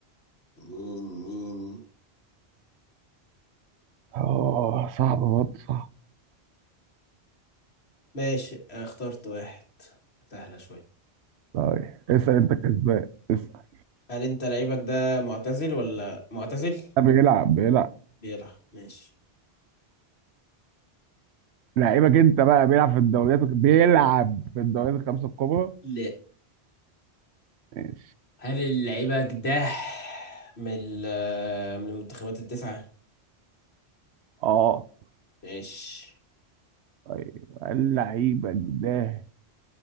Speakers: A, on the left (about 75°); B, on the right (about 80°).
A: مين مين
B: اه صعب برضه صعب
A: ماشي آه، اخترت واحد سهلة شوية
B: طيب
A: اختار
B: اسال انت كسبان اسال
A: هل انت لعيبك ده معتزل ولا معتزل
B: آه، بيلعب بيلعب
A: بيلعب ماشي
B: لعيبك انت بقى بيلعب في الدوريات بيلعب في الدوريات الخمسه الكبرى
A: لا
B: ماشي
A: هل لعيبك ده من ال- آه، من المنتخبات التسعة
B: اه
A: ماشي
B: طيب هل لعيبك ده